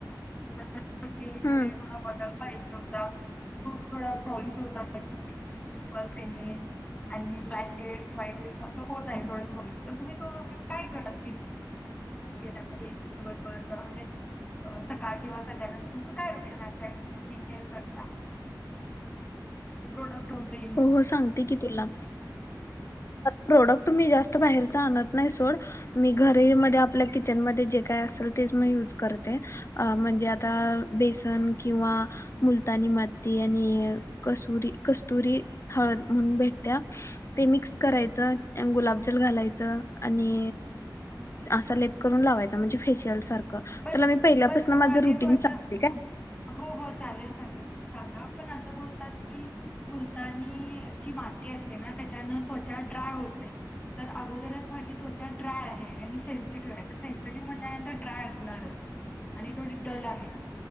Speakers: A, on the left (about 20°); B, on the left (about 40°).
A: मला स्किन
B: हम्म
A: मध्ये थोडा बदल पाहिजे होता. खूप थोडा प्रॉब्लेम्स होता. पिंपल्स आणि ब्लॅक एडस व्हाईट एअडस असं होत आहेत होय होय तर तुम्ही तो म्हेणजे काय केला स्कीम? दिवसभर म्हणजे सकाळ किंवा संध्याकाळच्या तुमचं रोटी खायची आहे आणि तुम्ही स्किन केअर करता? प्रोडक्ट होते.
B: हो हो सांगते की तुला प्रोडक्ट मी जास्त बाहेरचा आणत नाही सोड मी घरी म आपल्या किचनमध्ये जे काय असेल तेच मी युज करते. अ म्हणजे आता बेसन किंवा मुलतानी माती आणि कसुरी कस्तुरी हळद म्हणून भेटत्या. ते मिक्स करायचं आणि गुलाबजल घालायचं आणि असा लेप करून लावायचा म्हणजे फेशियल सारखं क
A: पण
B: तुला मी पहिल्यापासनं
A: पण
B: माझं
A: माझी
B: रुटीन
A: त्वचा
B: सांगते काय?.
A: हो हो चालेल सांग सांगा पण असं बोलतात की मुलतानी जी माती असते ना त्याच्यान त्वचा ड्राय होते. तर अगोदरच माझी त्वचा ड्राय आहे आणि सेनसीटिव्ह आहे तर सेनसिटिव्ह म्हणल्यानंतर ड्राय अस नाय आणि थोडी डल आहे